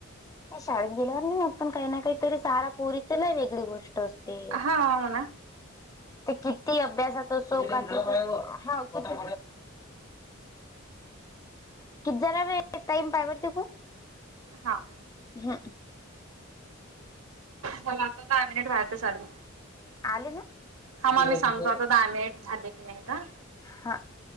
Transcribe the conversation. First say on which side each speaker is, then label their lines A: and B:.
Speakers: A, on the left; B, on the right.
A: शाळेत गेल्यावर नाही मग पण काही ना काहीतरी सारा पोरीच नाही वेगळी गोष्ट असते
B: हा अ ना
A: ते किती अभ्यासात असो ह कती जाला टाम पा ब तकू
B: हा
A: हा
B: चला आता दहा मिनिट व्हायच लू
A: आले ना.
B: ह
A: किती
B: म आम्ही
A: वेळ
B: सांगतो
A: किती झाले?
B: आता दहामिट झाले की नाही तर
A: हा